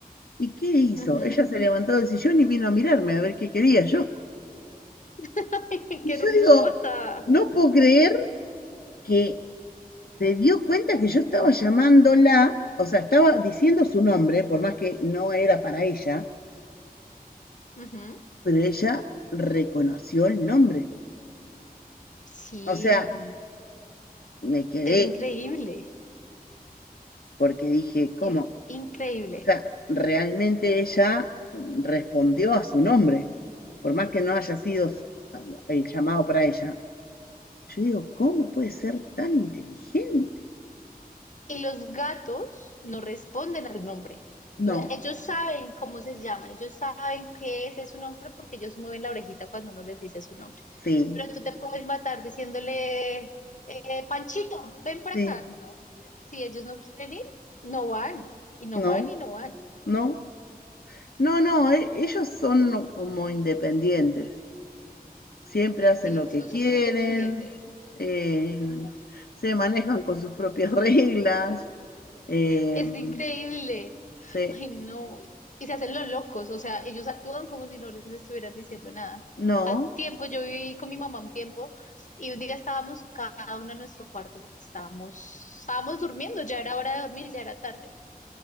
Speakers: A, on the left; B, on the left.
A: ¿Y qué hizo?
B: Ujú.
A: Ella se levantó del sillón y vino a mirarme a ver qué quería yo.
B: <laughs>
A: Y
B: Qué
A: yo
B: hermosa.
A: digo, no puedo creer que se dio cuenta que yo estaba llamándola, o sea, estaba diciendo su nombre, por más que no era para ella,
B: Ujú.
A: pero ella reconoció el nombre.
B: Sí,
A: O sea, me quedé
B: es increíble.
A: porque dije, ¿cómo?
B: Es increíble.
A: O sea, realmente ella mm, respondió a su nombre, por más que no haya sido su- el llamado para ella. Yo digo, ¿cómo puede ser tan inteligente?
B: Y los gatos no responden al nombre. O
A: No,
B: sea, ellos saben cómo se llaman, ellos saben qué es, es su nombre porque ellos mueven la orejita cuando uno les dice su nombre.
A: sí,
B: Pero tú te puedes matar diciéndole, eh, Panchito, ven para
A: sí,
B: acá. No, si ellos no quieren ir, no van, y no
A: no,
B: van, y no van.
A: no. No, no, e- ellos son no- como independientes, siempre hacen
B: Sí,
A: lo que
B: son
A: quieren,
B: súper independientes.
A: eh, se manejan con sus propias <laughs> reglas, em,
B: Es increíble.
A: se,
B: Ay, no. Y se hacen los locos, o sea, ellos actúan como si no les estuvieran diciendo nada.
A: no,
B: Hace tiempo yo viví con mi mamá un tiempo y un día estábamos cada uno en nuestro cuarto porque estábamos, estábamos durmiendo, ya era hora de dormir, ya era tarde.